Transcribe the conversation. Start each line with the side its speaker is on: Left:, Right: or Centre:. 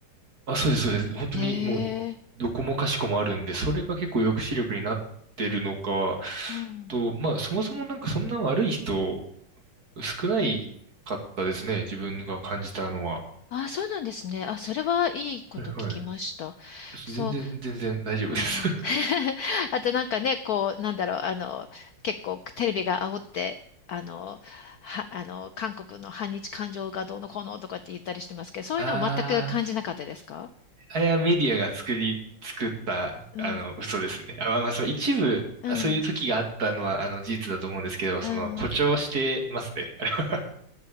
Right: あ、そうです、そうです。本当にもう、
Left: へえ、
Right: どこもかしこもあるんで、それが結構抑止力になってるのか、
Left: うん。
Right: と、まあ、そもそもなんかそんな悪い人、少ないかったですね。自分が感じたのは。
Left: ああ、そうなんですね。あ、それはいいこと聞きました。
Right: はいはい。全然、
Left: そう。
Right: 全然大丈夫です。
Left: うん
Right: <laughs>
Left: <laughs> あとなんかね、こう、なんだろう、あの、結構テレビが煽って、あの、は、あの、韓国の反日感情がどうのこうのとかって言ったりしてますけど、そういうのは全く感じなかったですか
Right: あー、あれはメディアが作り、作った、
Left: うん、
Right: あの、嘘ですね。あ、まあ、まあその一部、
Left: うん、
Right: あそういう時があったのは、あの、事実だと思うんですけど、
Left: うん。
Right: その、誇張してますね。あれは。